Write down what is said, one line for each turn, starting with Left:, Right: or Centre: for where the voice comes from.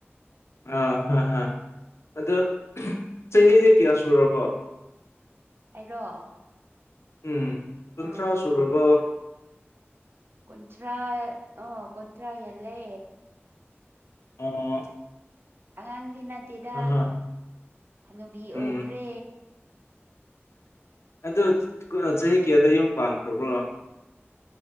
Left: ꯑꯥ ꯍꯥꯏ ꯍꯥ ꯑꯗꫭ ꯆꯍꯤꯗꯤ ꯀꯌꯥ ꯁꯨꯔꯕꯣ
Right: ꯑꯩꯔꯣ
Left: ꯎꯝ ꯀꯨꯟꯊ꯭ꯔꯥ
Right: ꯑꯥ
Left: ꯁꯨꯔꯕꫭ
Right: ꯀꯟꯊ꯭ꯔꯥ ꯑꯣ ꯀꯟꯊ꯭ꯔꯥ ꯍꯂꯦ
Left: ꯑꯣ
Right: ꯑꯉꯥꯡꯗꯤ ꯅꯠꯇꯦꯗ
Left: ꯑ ꯍ
Right: ꯍꯅꯨꯕꯤ ꯑꯣꯏꯈ꯭ꯔꯦ
Left: ꯎꯝ ꯑꯗꯨ ꯀꯣ ꯆꯍꯤ ꯀꯌꯥꯗ ꯌꯨꯝ ꯄꯥꯟꯈ꯭ꯔꯕ꯭ꯔꯣ